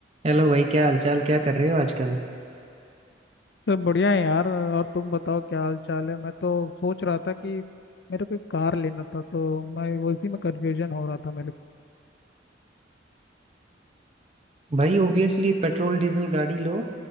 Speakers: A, on the right (about 35°); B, on the left (about 60°).
A: Hello भाई क्या हालचाल क्या कर रहे हो आजकल
B: सब बढ़िया है यार और तुम बताओ क्या हाल चाल है मैं तो सोच रहा था कि मेरे को एक कार लेना था तो मैं वो इसी में कंफ्यूजन हो रहा था मेरे को
A: भाई ऑब्वियसली पेट्रोल डीजल गाड़ी लो